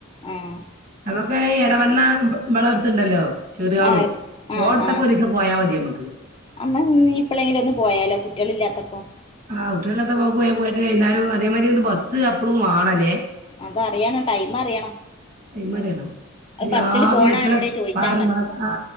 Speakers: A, on the left; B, on the right.
A: ആഹ്
B: നോക്ക് എടവണ്ണ ബളെട്ത്ണ്ടല്ലോ ചെറിയാളു
A: ആഹ് ആഹ്
B: ഓടത്തൊക്കെ
A: ആഹ്
B: ഒരീസം പോയാ മതിമ്മക്ക്
A: അമ്മ ന്ന് ഇപ്പളെങ്കിലൊന്ന് പോയാലോ കുട്ട്യേളില്ലാത്തപ്പൊ
B: ആ കുട്ട്യേളില്ലാത്തപ്പൊ നമക്ക് വേ പോയട്ട് വൈന്നാരം അതേമാതിരിങ്ങട്ട് ബസ് അപ്പളും വാണലെ
A: അതറിയണം ടൈം അറിയണം
B: ടൈമറിയണം
A: അത്
B: രാവിലെ
A: ബസ്സില് പോണ
B: ഇറ്റളെ
A: ആരോടെ
B: <unintelligible>
A: ചോദിച്ചാ മതി
B: ആ